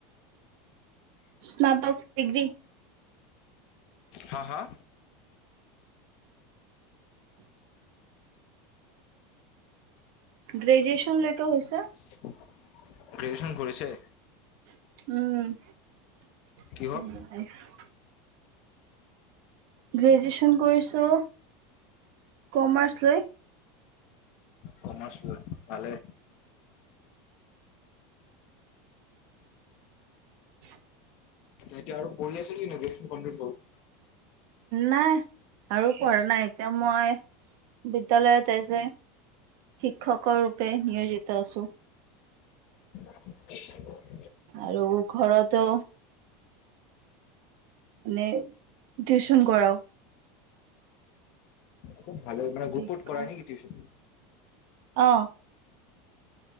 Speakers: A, on the right (about 60°); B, on the left (about 50°).
A: স্নাতক ডিগ্ৰী
B: হা হা
A: গ্ৰেজুৱেচনলৈকে হৈছে
B: গ্ৰেজুৱেচন কৰিছে
A: উম
B: কিহত
A: গ্ৰেজুৱেচন কৰিছো কমাৰ্চ লৈ
B: কমাৰ্চ লৈ ভালে
A: <inaudible>
B: এতিয়া আৰু পঢ়ি আছে নেকি <unintelligible>
A: নাই আৰু পঢ়া নাই এতিয়া মই বিদ্যালয়ত আহিছো শিক্ষকৰ ৰূপে নিয়োজিত আছো
B: <unintelligible>
A: আৰু ঘৰতো মানে টিউচন কৰাও
B: খুব ভালে মানে
A: বেকাৰ
B: গুপট কৰা নেকি টিউচন
A: অ